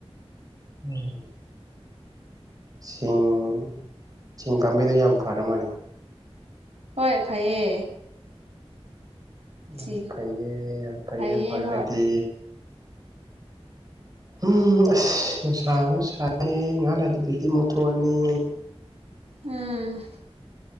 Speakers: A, on the right (about 35°); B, on the right (about 75°).
A: ꯎꯝ ꯁꯤꯡ-ꯁꯤꯡ ꯄꯥꯝꯕꯤꯗꯣ ꯌꯥꯝ ꯐꯔ ꯃꯥꯜꯅꯦ
B: ꯍꯣꯏ ꯐꯩꯌꯦ
A: ꯌꯥꯝ-ꯐꯩꯌꯦ
B: ꯁꯤ
A: ꯌꯥꯝ-ꯐꯩꯌꯦ
B: ꯐꯩꯌꯦ
A: ꯐꯔꯒꯗꯤ
B: ꯍꯣꯏ
A: ꯎꯝ ꯑꯁ ꯅꯨꯡꯁꯥ ꯑꯃꯨꯛ ꯁꯥꯏ ꯉꯍꯥꯟ ꯍꯥꯏꯗꯨꯗꯨꯗꯤ ꯃꯨꯠꯊꯣꯛꯑꯅꯤ
B: ꯎꯝ